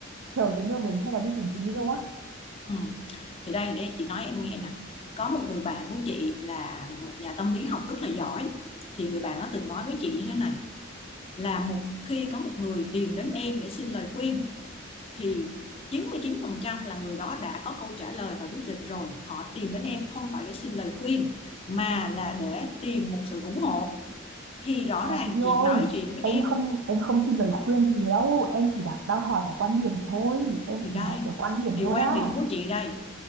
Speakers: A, on the right; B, on the left.
A: chờ tình yêu đến hay là đi tìm tình yêu á
B: Ừ. Thì đây đây chị nói em nghe nè có một người bạn của chị là một nhà tâm lý học rất là giỏi thì người bạn đó từng nói với chị như thế này là một khi có một người tìm đến em để xin lời khuyên thì chín chín mươi chín phần trăm là người đó đã có câu trả lời và quyết định rồi họ tìm đến em không phải để xin lời khuyên mà là để tìm một sự ủng hộ thì rõ
A: à
B: ràng
A: chị yêu
B: chị
A: ơi
B: nói chuyện với
A: em
B: em
A: không em không xin lời khuyên gì đâu em chỉ đặt đang hỏi là quan điểm thôi em
B: thì
A: chỉ
B: đây
A: nói là kiểu quan điểm
B: thì
A: thôi
B: quan
A: á
B: điểm của chị đây